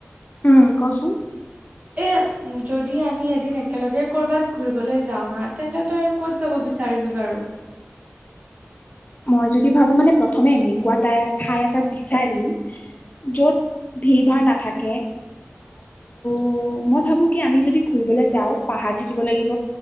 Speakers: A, on the left (about 40°); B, on the right (about 35°).
A: উম কচোন।
B: এ যদি আমি এদিন একেলগে কৰ'বাত ঘূৰিবলৈ যাওঁ হা, তেন্তে তই ক'ত যাব বিচাৰিবি বাৰু?
A: মই যদি ভাবো মানে প্ৰথমে এনেকুৱা টাই ঠাই এটা বিচাৰিম য'ত ভিৰ ভাৰ নাথাকে।
B: <inaudible>
A: উম মই ভাবো কি আমি যদি ঘুৰিবলে যাওঁ পাহাৰ থাকিব লাগিব